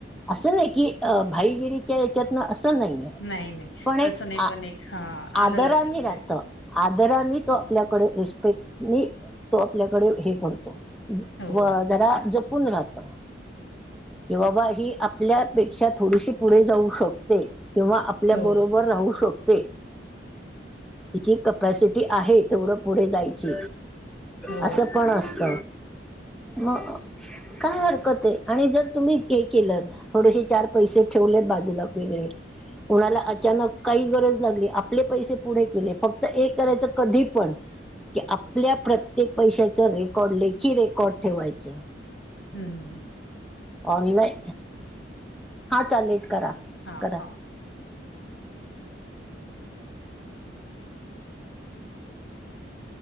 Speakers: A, in the centre; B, on the left.
A: असं नाही की, अ भाईगिरीच्या याच्यातनं, असं नाहीये,
B: नाही नाही
A: पण एक
B: तसं नाही
A: आ
B: पण एक हा. आलं
A: आदरानि
B: लक्षात
A: राहतं.
B: ते
A: आदरानी तो आपल्याकडे, रिस्पेक्टनी तो आपल्याकडे, हे करतो.
B: हो
A: व जरा जपून राहत. कि बाबा, ही आपल्यापेक्षा, थोडीशी पुढे जाऊ शकते, किंवा आप ल्या
B: हो
A: बरोबर राहू शकते. तिची कपॅसिटी आहे, तेवढं पुढे जायची.
B: हो
A: असं पण असत, म काय हरकत ये, आणि जर तुम्ही हे केलंत थोडेशे चार पैसे ठेवलेत, बाजूला वेगळे, कोणाला अचानक काही गरज लागली, आप आपले पैसे पुढे केले, फक्त एक करायच, कधी पण की आपल्या प्रत्येक पैशाचं, रेकॉर्ड, लेखी रेकॉर्ड ठेवायचं.
B: हम् हम.
A: ऑनलाय, हां चालेल, करा.
B: हां
A: करा
B: हां. <inaudible>